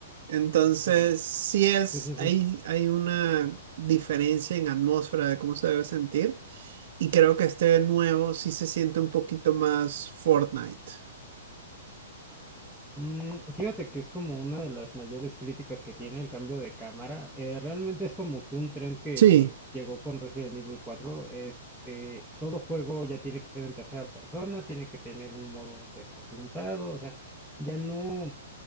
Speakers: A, on the right (about 45°); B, in the centre.
A: Entonces,
B: ujú.
A: sí es,
B: Sí, sí, sí.
A: hay, hay una diferencia en atmósfera de cómo se debe sentir y creo que este nuevo sí se siente un poquito más Fortnite.
B: Mm, fíjate que es como una de las mayores críticas que tiene el cambio de cámara. Eh, realmente es como que un tren que
A: Sí,
B: pues llegó con Resident Evil cuatro. Este, todo juego ya tiene que ser en tercera persona, tiene que tener un modo de apuntado, o sea, ya no